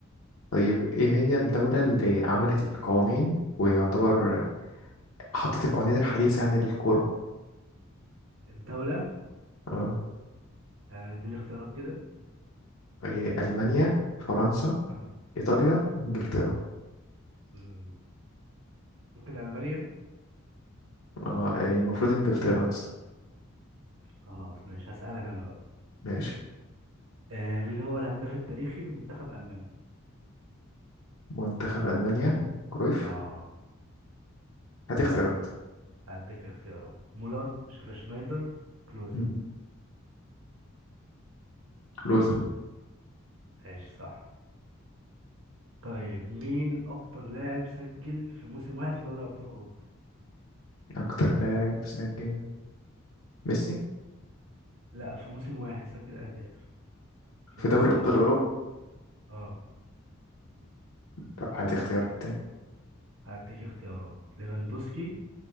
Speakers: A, on the left; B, on the right.
A: طيب ايه هي الدولة اللي عملت القوانين ويعتبر حطت القوانين الحديثة يعني للكورة
B: الدولة
A: آه.
B: آه دي الاختيارات كده
A: آه، إيه، ألمانيا فرنسا
B: اه
A: إيطاليا إنجلترا
B: مم. ممكن ألمانيا
A: آه. إيه، المفروض إنجلترا يا اسطى
B: خلاص ماشي هسألك أنا بقى
A: ماشي
B: آه مين هو الهداف التاريخي لمنتخب ألمانيا؟
A: منتخب ألمانيا كرويف
B: اه
A: هات اختيارات
B: لا هديك اختيارات مولر شيف شنايدر كلوزا
A: مم. لوزة
B: ماشي صح طيب مين أكتر لاعب سجل في موسم واحد في دوري أبطال أوروبا؟
A: أكتر لاعب سجل ميسي
B: لا في موسم واحد سجل أهداف في
A: في
B: دوري
A: دوري
B: أبطال
A: أبطال
B: أوروبا
A: أوروبا
B: اه
A: طب هات اختيارات تاني
B: هديك اختيارات ليفاندوسكي